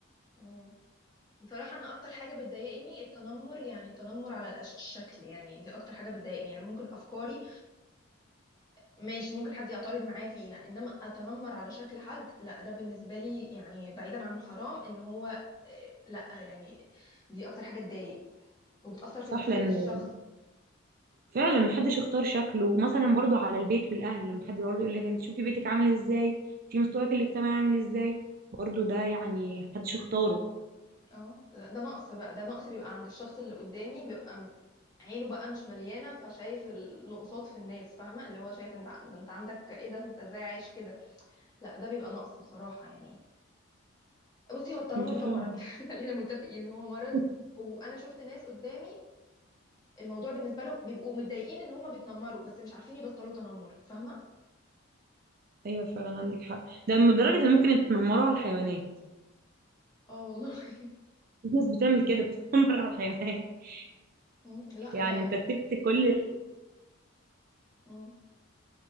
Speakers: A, on the left; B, on the right.
A: مم. بصراحة أنا أكتر حاجة بتضايقني التنمر يعني التنمر على الأش- الشكل يعني دي أكتر حاجة بتضايقني يعني ممكن أفكاري ماشي ممكن حد يعترض معايا فيها انما اتنمر على شكل حد لا ده بالنسبه لي يعني بعيدا عن حرام ان هو آه، لا يعني دي اكتر حاجه تضايق وبتاثر في
B: صح
A: نفسيه
B: لان
A: الشخص
B: فعلا محدش اختار شكله مثلا برضو على البيت والاهل لما حد برضو يقول لك انت شوفي بيتك عامل ازاي شوفي مستواك الاجتماعي عامل ازاي برضو ده يعني محدش اختاره
A: اه ده ده نقص بقى ده نقص بيبقى عند الشخص اللي قدامي بيبقى م- عينه بقى مش مليانه فشايف النقصات في الناس فاهمه اللي هو شايف انت ده انت عندك ايه ده انت ازاي عايش كده لا ده بيبقى نقص بصراحه يعني بصي هو التنمر
B: انت فاهم
A: ده مرض <laughs> خلينا متفقين ان هو مرض
B: <laughs>
A: وانا شفت ناس قدامي الموضوع بالنسبه لهم بيبقوا متضايقين ان هم بيتنمروا بس مش عارفين يبطلوا تنمر فاهمه
B: ايوه فعلا عندك حق ده لدرجه ان ممكن يتنمروا على الحيوانات
A: اه والله <laughs>
B: في ناس بتعمل كده بتتنمر على الحيوانات <laughs>
A: مم، لا
B: يعني
A: ده
B: انت سبت كل ال...
A: مم.